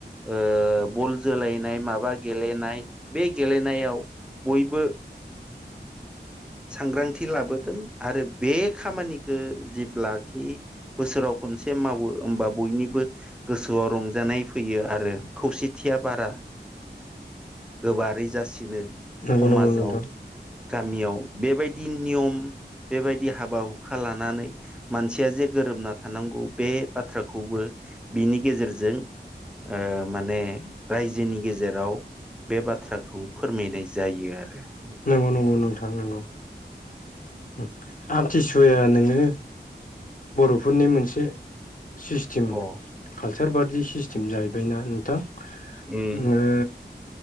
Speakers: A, in the centre; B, on the left.
A: ओ बल जोलायनाय माबा गेलेनाय बे गेलेनायाव बयबो सांग्रांथि लाबोदों । आरो बे खामानिखो जेब्लाखि बोसोराव खनसे मावो होमबा बयनिबो गोसोआव रंजानाय फैयो आरो खौसेथिया बारा
B: <unintelligible>
A: गोबारै जासिनो
B: नंगौ
A: ख'माजाव,
B: नंगौ नोंथां
A: गामियाव । बेबायदि नियम बेबायदि हाबा-हुखा लानानै मानसिया जे गोरोबना थानांगौ बे बाथ्राखौबो बिनि गेजेरजों ओ माने रायजोनि गेजेराव बे बाथ्राखौ फोरमायनाय जायो आरो ।
B: नंगौ-नंगौ नोंथां नंगौ । आमथिसुवाया नोङो बर'फोरनि मोनसे सिस्टीम,
A: अ
B: कालचार बादि सिस्टीम जाहैबायना नोंथां
A: उम।
B: नोङो